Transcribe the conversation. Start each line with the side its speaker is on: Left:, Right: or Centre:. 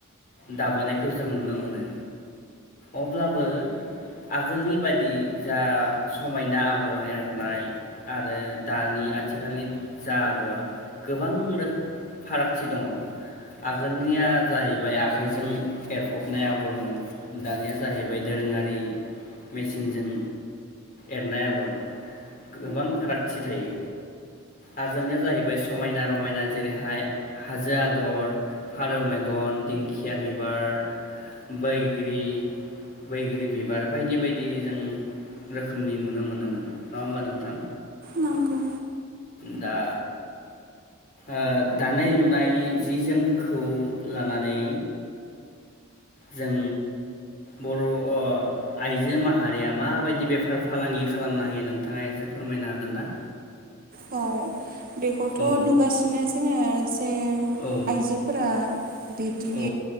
Left: दाबोनायखौ जों नुनो मोनो अब्लाबो आगोलनि बादि जा समायना आगर एरनाय आरो दानि आथिखालनि जा आगर गोबां रोख फारागथि दङ आगोलनिया जाहैबाय आखाइजों एरफबनाय आगरमोन दानिया जाहैबाय दोरोङारि मेसिनजों एरनाय आगर गोबां फारागथि थायो आगोलनिया जाहैबाय समायना रमायना जेरैहाय हाजो आगर फारौ मेगन दिंखिया बिबार बैग्रि बैग्रि बिबार बायदि बायदि जों रोखोमनि नुनो मोनोमोन नङा होमबा नोंथां
Right: नंगौ
Left: दा ओ दानाय लुनाय जि जोमखौ लानानै जों बर अ आइजो माहारिया मा बायदि बेफार फालांगि खालामनो हायो नोंथाङा एसे फोरमायनो हागोन ना
Right: औ बेखौथ
Left: औ
Right: नुगासिनो ए
Left: औ
Right: आइजोफोरा बिदि
Left: औ